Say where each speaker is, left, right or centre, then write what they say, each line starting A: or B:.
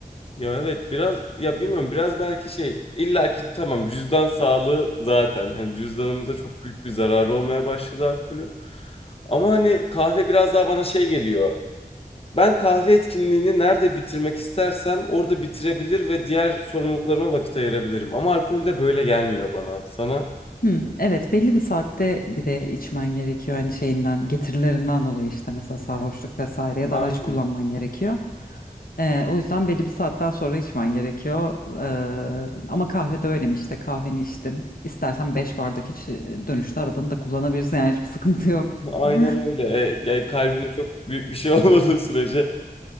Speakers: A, on the left; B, on the left.
A: Ya evet biraz ya bilmiyorum biraz belki şey illaki tamam cüzdan sağlığı zaten hani cüzdanımıza çok büyük bir zararı olmaya başladı alkolün. Ama hani kahve biraz daha bana şey geliyor. Ben kahve etkinliğini nerede bitirmek istersem orada bitirebilir ve diğer sorumluluklarıma vakit ayırabilirim. Ama alkolde böyle gelmiyor bana. Sana?
B: Hmm, evet belli bir saatte bir de içmen gerekiyor hani şeyinden getirilerinden dolayı işte mesela sarhoşluk vesaireye
A: Aynen.
B: de araç kullanman gerekiyor. Ee, o yüzden belli bir saatten sonra içmen gerekiyor. Ee, ama kahvede öyle mi işte kahveni içtin istersen 5 bardak iç e, dönüşte arabanı da kullanabilirsin yani hiçbir sıkıntı yok.
A: Aynen
B: <laughs>
A: öyle. E, yani kalbine çok büyük bir şey <laughs> olmadığı sürece